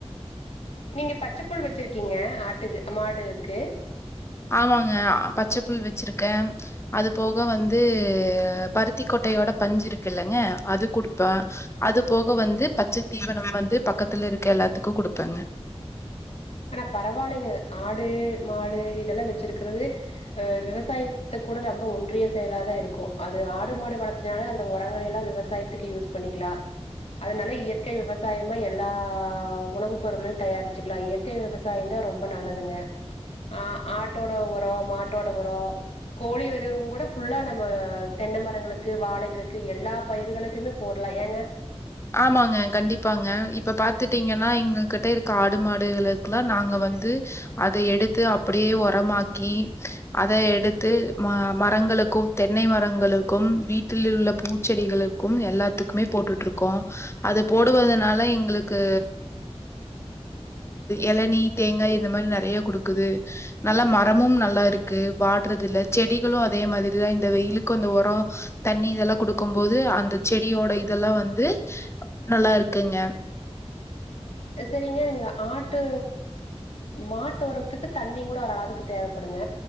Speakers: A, on the left; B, on the left.
A: நீங்க பச்சப்புள் வச்சிருக்கீங்க ஆட்டுக்கு மாடுக்கு
B: ஆமாங்க பச்ச புல் வச்சிருக்கேன் அது போக வந்து பருத்தி கொட்டையோட பஞ்சு இருக்கு இல்லலைங்க அது குடுப்பேன் அது போக வந்து பச்ச தீவன வந்து பக்கத்துல இருக்க எல்லாத்துக்கு குடுப்பேங்க
A: ஆனா பரவாயில்லங்க ஆடு மாடு இதெல்லா வச்சிருக்கிறது அஹ் விவசாயத்தை கூட ரொம்ப ஒன்றிய செயல தான் இருக்கொ அது ஆடு மாடு வளர்த்தினாலே அந்த உரங்கள எல்லாமவிவசாயத்துக்கு யூஸ் பண்ணிக்கலா அதனால இயற்கை விவசாயமா எல்லா உணவுப் பொருளையு தயாரிச்சுிக்கலா இயற்க தே விவசாயம் தான் ரொம்ப நல்லதுங்க ஆஹ் ஆட்டோட உரம் மாட்டோட உரம் கோழி வருவ கூட ஃபுல்லா நம்ம தென்னை மரங்களுக்கு வாழைகளுக்கு எல்லா பயிர்களுக்குமே போடலாம் ஏங்க
B: ஆமாங்க கண்டிப்பாங்க இப்ப பாத்துட்டீங்கன்னா எங்க கிட்ட இருக்க ஆடு மாடுகளுக்குெல்லா நாங்க வந்து அத எடுத்து அப்படியே உரமாக்கி அத எடுத்து ம மரங்களுக்கும் தென்னை மரங்களுக்கும் வீட்டில உள்ள பூச்செடிகளுக்கும் எல்லாத்துக்குமே போட்டுட்டு இருக்கோ க்கும் அது போடுவதனால எங்களுக்கு எளநி தேங்காய் இந்த மாதிரி நிறைய கொடுக்குது நல்லா மரமும் நல்லா இருக்கு வாடுறது இல செடிகளு அதே மாதிரிதான் இந்த வெயிலுக்கு அந்த உரம் தண்ணி இதெல்லா கொடுக்கும் போது அந்த செடியோட இதெல்லா வந்து து நல்லா இருக்குங்க
A: சரிங்க நீங்க ஆட்டு மாட்டு உரத்துக்கு தண்ணி கூட ஓர அளவுக்கு தேவைப்படுங்க